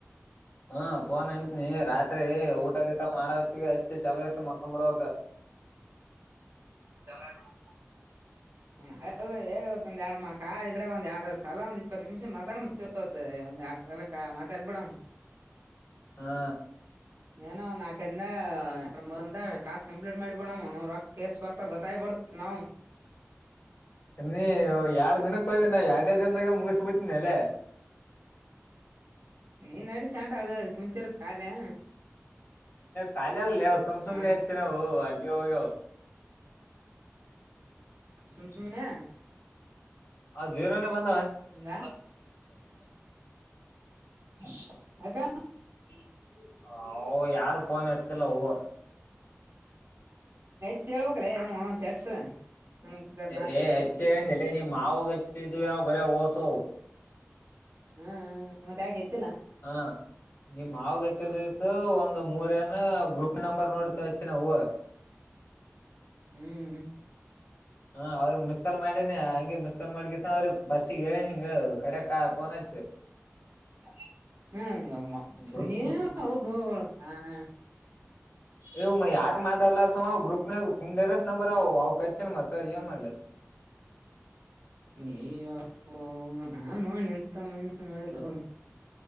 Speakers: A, on the left; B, on the right.
A: ಹಾ ಪೋನ್ ಇಂತನ ರಾತ್ರಿ ಊಟ ಮಾಡವತ್ತ ಆಚ್ಚು ಚಲವಿಟ್ಟು ಮೊತ್ತಂಬಡುವಕ್ಕ
B: <inaudible> ಇ ಒಂದ ಎರಡು ಮಾ ಕಾ ಇದ್ರಾಗ ಒಂದ ಎರಡು ಸಲ ಒಂದ್ ಇಪ್ಪತ್ತು ನಿಮಿಷ ಮ ಒಂದ ಎರಡ್ ಸಲ ಮ <unintelligible> ಸಲ್ಪಳಮ <unintelligible>
A: ಹಾ
B: ಏನೋ ನಾಲ್ಕರಿಂದಾರಂದ ಟಾಸ್ಕ್ ಕಂಪ್ಲೀಟ್ ಮಾಡಿಬೇಡಮ್ ಕೇಸ್ ಬರ್ತ ಗೊತ್ತ ಕಾಯ್ ಬಡತ್ ನಾವು
A: ನೀ ಯಾರ್ ದಿನಕ್ಕೆ ಹೋಗ್ಬ ಎರಡು ದಿನ ಮುಗಸ ಬಿಟ್ಟನಲ್ಲ
B: ನೀನ್ ನಡಿ ಚಂಟ ಆಗ ಕುಂತಿರದ ಕಾಲೆ
A: ಕಲ ಅಲ್ಲ ಸುಮಸುಮ್ನೆ
B: ಹಾ
A: ಹೆಚ್ಚನ ಓ ಅಡ ಹೋಗೋ
B: ಸುಮ್ ಸುಮ್ನೆ
A: ಅ <unintelligible> ಜೇರಾನೆ ಬಂದ <unintelligible>
B: ಹಂಗ <unintelligible> ಅದ <unintelligible>
A: <unintelligible> ಯಾರು ಫೋನ್ ಎತ್ತಲ್ಲ ಹೂ <unintelligible>
B: <unintelligible> ಸೆಕ್ಸ್
A: <unintelligible>
B: ಅನ್ಬೇಕ ನಾವ್ ಸೆಕ್ಸ್
A: ಹೆಚ್ಚ ನೆಲೆ ನೀ ಮಾವ ಗಚ್ಚಿದ ಯ ಬರ ಓಸೋ
B: ಹ್ಮ ಹೂ ಮತ್ತೆ ಯಾಕೆ್ದ <unintelligible>
A: ಹ ನಿಮ್ಮ್ ಮಾವಗಚ್ಚ ದಿವ್ಸ ಒಂದು್ ಮೂರ ನ ಗ್ರೂಪ್ <unintelligible> ನಂಬರ್ನ ಎಡ್ತ ಅಚ್ಚನ ನಾವು <unintelligible>
B: ಹ್ಮ್ ಹ್ಮ
A: ಹ ಅವ್ರಗ್ ಮಿಸ್ ಕಾಲ್ ಮಾಡೇನೆ ಹಂಗೆ ಮಿಸ್ ಕಾಲ್ ಮಾಡಗಿಸ ಅವ್ರಿಗೆ <unintelligible> ಫಸ್ಟ್ಗ ಹೇಳಿ ನಿಂಗ ಕಡೆಕ ಫೋನ್ ಹಚ್ಚು
B: ಹ್ಮ <unintelligible>
A: ಗ್ರೂಪ್
B: <unintelligible>
A: <unintelligible> ಯಾರ್ ಮಾತು <unintelligible> ಲಾರ ಸಮ ಅವ ಗ್ರೂಪ್ನ ಕು <unintelligible> ಸ್ ನಂಬರ್ ಅವ ಅವ್ ಕಚ್ಚಿನ ಮತ್ತತ್ ಏನ್ ಮಾಡ್ಲಿ
B: <inaudible> ನೀಯ್ಯ ಅಪ್ಪೋ ನಾನ್ ನೋಡಿ ಎಂತ ಮಂದ ನೋಡಿಲ್ <unintelligible>